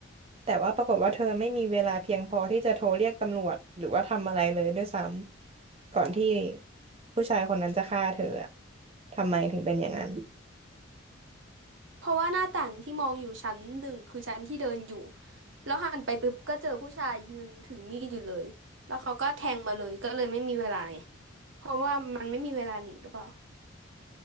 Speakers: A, on the right; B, on the right.
A: แต่ว่าปรากฏว่าเธอไม่มีเวลาเพียงพอที่จะโทรเรียกตำรวจหรือว่าทำอะไรเลยด้วยซ้ำก่อนที่ผู้ชายคนนั้นจะฆ่าเธออะทำไมถึงเป็นอย่างนั้น
B: เพราะว่าหน้าต่างที่มองอยู่ชั้นหนึ่งคือชั้นที่เดินอยู่แล้วหันไปปุ๊บก็เจอผู้ชายยืนถือมีดอยู่เลยแล้วเขาก็แทงมาเลยก็เลยไม่มีเวลาไงเพราะว่ามันไม่มีเวลาหนีหรือเปล่า